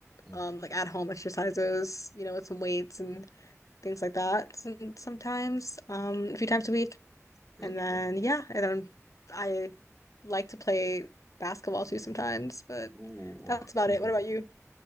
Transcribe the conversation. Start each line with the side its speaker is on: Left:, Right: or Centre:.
Centre: Mm,
Left: um, like at home exercises, you know, with some weights and things like that. and Sometimes, um, a few times a week.
Centre: okay.
Left: And then yeah, and then I like to play basketball too sometimes, but
Centre: Ooh.
Left: that's about
Centre: <laughs>
Left: it. What about you?